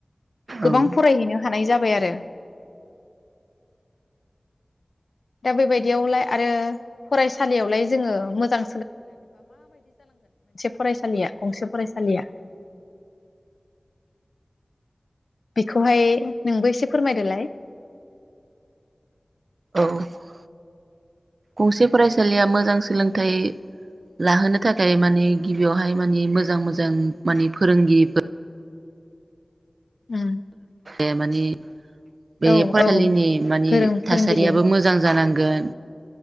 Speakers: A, on the left; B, on the right.
A: गोबां
B: उम
A: फरायहैनो हानाय जाबाय आरो दा बेबादियावलाय आरो फरायसालियावलाय जोङो मोजां फरायसालिया गंसे फरायसालिया बेखौहाय नोंबो एसे फोरमायदोलाय
B: <unintelligible> गंसे फरायसालिया मोजां सोलोंथाइ लाहोनो थाखाय माने गिबियावहाय माने मोजां मोजां माने फोरोंगिरिफोर
A: उम
B: ए माने बे
A: औ
B: फरायलिनि
A: औ
B: माने
A: गोरों फोरोंगिरि
B: थासारियाबो मोजां जानां गोन